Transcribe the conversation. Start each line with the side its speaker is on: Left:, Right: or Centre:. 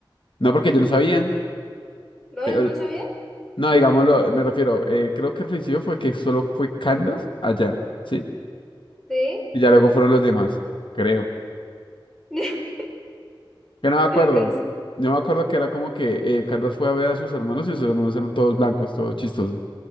Left: No, porque ellos no sabían.
Centre: ¿No?
Left: Eh,
Centre: ¿Ellos no sabían?
Left: No, digámoslo, me refiero, eh, creo que al principio fue que solo fue Candace allá, ¿sí?
Centre: Sí.
Left: Y ya luego fueron los demás, creo.
Centre: <laughs>
Left: Que no me acuerdo.
Centre: Es que,
Left: No me acuerdo que era como que eh, Candace fue a ver a sus hermanos y sus hermanos eran todos blancos, todos chistosos.